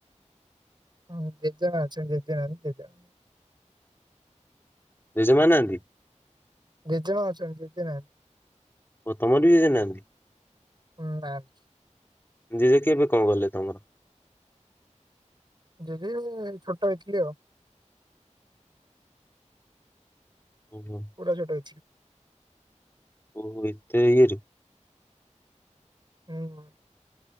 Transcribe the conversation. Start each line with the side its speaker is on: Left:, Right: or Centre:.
Right: ହୁଁ, ଦି ଜଣ ଅଛନ୍ତି। ଦି ଜଣ ଦି ଜଣ।
Left: ଜେଜେମା ନାହାଁନ୍ତି?
Right: ଜେଜେ ମା ଅଛନି। ଜେଜେ ନାହାଁନ୍ତି।
Left: ଓ ତମର ବି ଜେଜେ ନାହାଁନ୍ତି?
Right: ଉଁ ନାହାଁନ୍ତି।
Left: ଜଜେ କେବେ କଣ ଗଲେ ତମର?
Right: ଜେଜେ-ଏ ଛୋଟ ହେଇଥିଲି ଆଉ।
Left: ଉ ହୁଁ।
Right: ପୁରା ଛୋଟ ହେଇଥିଲି।
Left: ଓ, ଏତେ ଇଏ ରେ।
Right: ହୁଁ, ଅ।